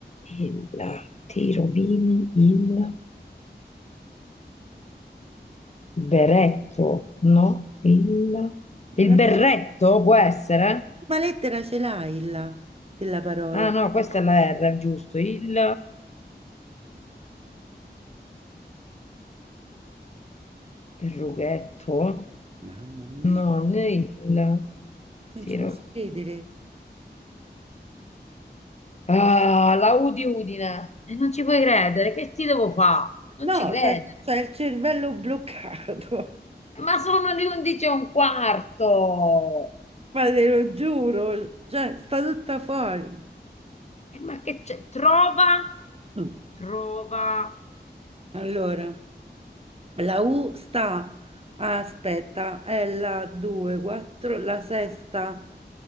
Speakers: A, on the left; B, on the right.
A: Il, ti rovini il... Beretto, no? Il, il
B: Ma La
A: berretto
B: settima
A: può essere?
B: lettera ce l'hai là della parola.
A: Ah no, questa è la R, giusto. Il, il rughetto?
B: Mamma mia,
A: No, né il
B: non
A: tiro.
B: ci posso credere.
A: Ah, la Udi Udine. E non ci puoi credere, che ti devo fare? Non
B: No,
A: ci credere.
B: c'è c'è il cervello bloccato,
A: Ma sono le 11 e un quarto.
B: <laughs> ma te lo giuro, cioè, sta tutta fuori.
A: Eh, Ma che c'è? Trova,
B: Mm.
A: trova
B: Allora. La U sta, ah, aspetta, è la 2, 4, la sesta